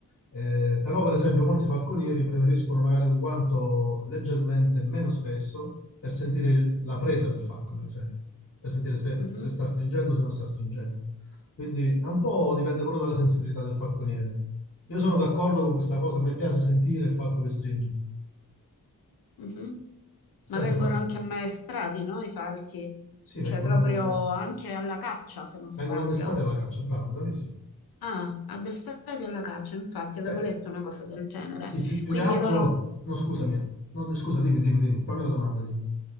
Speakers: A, on the left; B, on the left.
A: Eh, però, per esempio, molti falconieri preferiscono magari un guanto leggermente meno spesso per sentire il- la presa del falco, per esempio, per sentire se,
B: mhm,
A: se sta stringendo o se non sta stringendo. Quindi è un po' dipende pure dalla sensibilità del falconiere. Io sono d'accordo con questa cosa, a me piace sentire il falco che stringe.
B: mhm.
A: Senza
B: Ma vengono
A: fa...
B: anche ammaestrati, no? I falchi?
A: Sì, vengono...
B: Cioè, proprio anche alla caccia, se non sbaglio.
A: Vengono addestrati alla caccia, bravo, bravissimo.
B: Ah, addestrati alla caccia, infatti, avevo
A: Cioè,
B: letto una cosa del genere.
A: sì, più, più
B: Quindi
A: che altro...
B: loro
A: No, scusami. eh. No, scusa, dimmi, dimmi, dimmi. Fammi la domanda, dimmi.